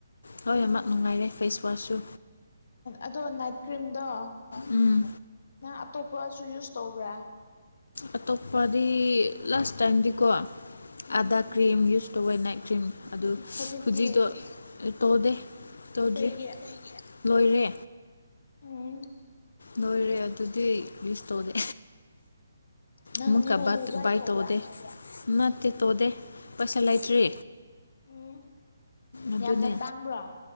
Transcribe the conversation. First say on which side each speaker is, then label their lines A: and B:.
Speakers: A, on the left; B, on the left.
A: ꯍꯣꯏ ꯌꯥꯝꯛ
B: ꯑ
A: ꯅꯨꯡꯉꯥꯏꯔꯦ ꯐꯦꯁ ꯋꯥꯁꯁꯨ
B: ꯑꯗꯣ ꯅꯥꯏꯠ ꯀ꯭ꯔꯤꯝꯗꯣ
A: ꯎꯝ
B: ꯅꯪ ꯑꯇꯣꯞꯄꯁꯨ ꯌꯨꯁ ꯇꯧꯕ꯭ꯔꯥ
A: ꯑꯇꯣꯞꯄꯗꯤ ꯂꯥꯁ ꯇꯥꯏꯝꯗꯤꯀꯣ
B: ꯎꯝ
A: ꯑꯗꯥ ꯀ꯭ꯔꯤꯝ ꯌꯨꯁ ꯇꯧꯕꯅꯥꯏ ꯀ꯭ꯔꯤꯝ ꯑꯗꯨ
B: ꯍꯧꯖꯤꯛꯇꯤ
A: ꯍꯧꯖꯤꯛꯇꯣ ꯇꯧꯗꯦ ꯇꯧꯗ꯭ꯔꯤ
B: ꯀꯩꯒꯤ
A: ꯂꯣꯏꯔꯦ
B: ꯎꯝ
A: ꯅꯣꯏꯦ ꯑꯗꯨ ꯑꯗꯨꯗꯤ ꯁ ꯇꯧꯗꯦ
B: ꯅꯪ
A: ꯑꯃꯨꯛꯀ
B: ꯅꯅꯤꯌꯨ ꯑꯃꯨꯛ ꯕꯥꯏ ꯇꯧꯕ꯭ꯔꯥ
A: ꯇꯧꯗꯦ ꯅꯠꯇꯦ ꯇꯣꯗꯦ ꯄꯩꯁꯥ ꯂꯩꯇ꯭ꯔꯤ
B: ꯎꯝ
A: ꯑꯗꯨꯅꯦ
B: ꯌꯥꯝꯅ ꯇꯥꯡꯕ꯭ꯔꯣ